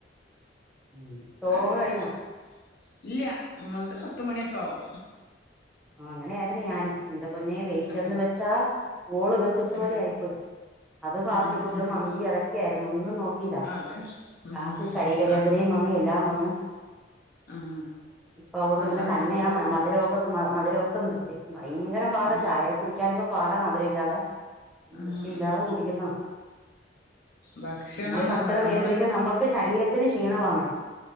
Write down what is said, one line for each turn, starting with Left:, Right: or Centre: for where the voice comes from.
Centre: ഉം ചോറൂണ്
Left: അത് ശരി
Centre: കഴിഞ്ഞോ?
Left: ഇല്ല നമ്മളത് പത്തുമണിയൊക്കാവും.
Centre: അങ്ങനെയായിരുന്നു ഞാനും ന്റെ പൊന്നെ വെയിറ്റെന്ന്
Left: ആ
Centre: വെച്ചാ വോള്ക്ർ സ്
Left: ആ ആ
Centre: പോലെ ആയി പോയി അത് ഫാസ്റ്റ്
Left: ആ
Centre: ഫുഡ്
Left: ആ
Centre: മന്തി അതൊക്കെയിരുന്നു ഒന്നും നോക്കിയില്ല.
Left: അതെ ഉം
Centre: ലാസ്റ്റ് ശരീര വേദനയും
Left: അതെ
Centre: വന്ന് എല്ലാം വന്ന്
Left: ആ
Centre: ഇപ്പ അതോണ്ട്
Left: അതാണ്
Centre: തന്നെ തന്നെയ
Left: ഇപ്പത്തെ ബ
Centre: മധുരവും പ്പോ മധുരൊക്കെ നിർത്തി ഭയങ്കര പാടാ
Left: ആ
Centre: ചായ കുടിക്കാനിപ്പ പാടാ മധുരല്ലാതെ
Left: ആ
Centre: വൃത്തില്ലാതെ
Left: ആ ഉം
Centre: കുടിക്കുന്നാ
Left: ഭക്ഷണാണ്
Centre: നമ്മള് ഭക്ഷണം
Left: നമ്മള്
Centre: നിയന്ത്രിക്ക് നമ്മുക്ക് ശരീരത്തിന് ക്ഷീണമാന്നേ